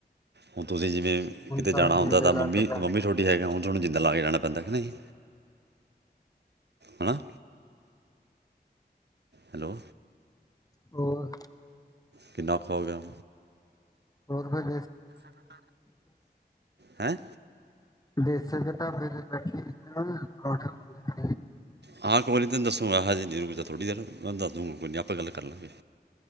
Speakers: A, on the right; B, on the left.
A: ਹੁਣ ਤੁਸੀਂ ਜਿਵੇਂ ਕਿਤੇ
B: ਸਾਰੇ
A: ਜਾਣਾ ਹੁੰਦਾ
B: ਜਿੰਦੇ
A: ਤਾਂ,
B: ਲਾ
A: ਮੰਮੀ-ਮੰਮੀ
B: ਕੇ ਜਾਣੇ ਪੈਂਦੇ
A: ਤੁਹਾਡੀ ਹੈਗਾ,
B: ਆ ਵਰਤ
A: ਹੁਣ ਤੁਹਾਨੂੰ ਜਿੰਦਾ
B: ਪੈਂਦੇ
A: ਲਾ ਕੇ ਜਾਣਾ ਪੈਂਦਾ ਹੈ ਕੇ ਨਹੀਂ? ਹਨਾ? ਹੈਲੋ।
B: ਹੋਰ।
A: ਕਿੰਨਾ ਔਖਾ ਹੋ ਗਿਆ
B: ਹੋ <unintelligible>
A: ਹੈਂ
B: ਦੇਸਰ ਦੇ ਢਾਬੇ ਤੇ ਬੈਠੇ ਹਾਂ ਖਾਣਾ, ਖੁਣਾ ਖ
A: ਹਾਂ ਕੋਈ ਨੀ ਤੈਨੂੰ ਦੱਸੂੰਗਾ ਹਜੇ ਨਹੀਂ ਰੁਕ ਜਾ ਥੋੜੀ ਦੇਰ, ਮੈਂਨੂੰ ਦੱਸ ਦੂਗਾ ਕੋਈ ਨੀ ਆਪਾਂ ਗੱਲ ਕਰ ਲੇਂਗੇ।